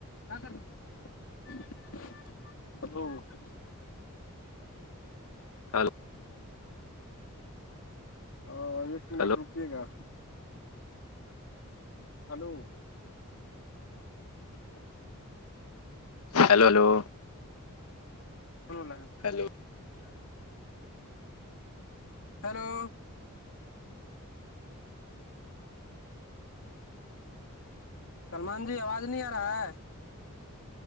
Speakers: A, on the left; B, on the left.
A: کیا کرو <unintelligible>
B: ہیلو
A: ہاں ایک منٹ
B: ہلو
A: رکیے گا hello
B: hello hello
A: <unintelligible>
B: hello
A: <unintelligible> hello Salman ji آواز نہیں آ رہا ہے